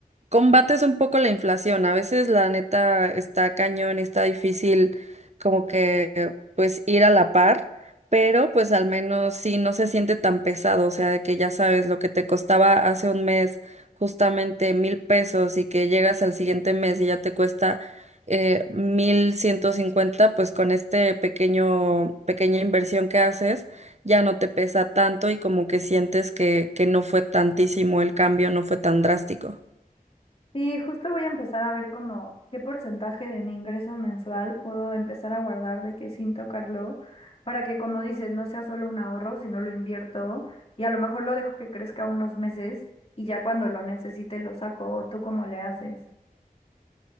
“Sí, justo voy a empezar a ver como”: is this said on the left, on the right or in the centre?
Left